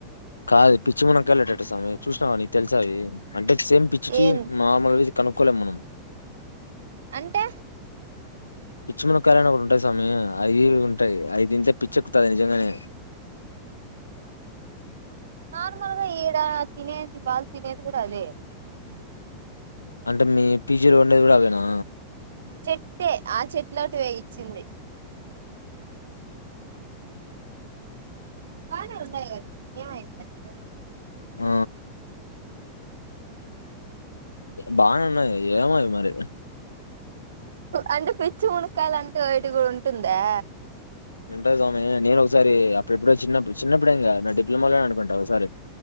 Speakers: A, on the left; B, on the right.
A: కాదు పిచ్చి మునకళ్ళఏటట సామి చూసినావా నీకు తెలిసా అవి అంటే సేమ్ పిచ్చిచ
B: ఏం
A: మామల్లు కనుక్కోలేం మనం
B: అంటే
A: పిచ్చి మునక్కాయాలని ఒకటి ఉంటాయి సామీ అవి ఉంటాయి అయి తింటే పిచ్చెక్కుతది నిజంగానే.
B: నార్మల్ గా ఈడా తినేది వాళ్ళు తినేది కూడా అదే
A: అంటే మీ పీజీలో వండేది కూడా అవేనా
B: చెట్టే ఆ చెట్టులోటివే ఇ చ్చింది బానే ఉన్నాయి కదా ఏమైంది ఇటీకి
A: ఆ బానే ఉన్నయ్ ఏమోయ్ మరి
B: అంటే పిచ్చి మునక్కాయలు అంటే ఓటి కూడా ఉంటుందా
A: ఉంటాయి సామీ నేను ఒకసారి అప్పుడు ఎప్పుడో చిన్నప్పుడు చిన్నప్పుడేం కాదు నా డిప్లొమోలోనే అనుకుంటా ఒకసారి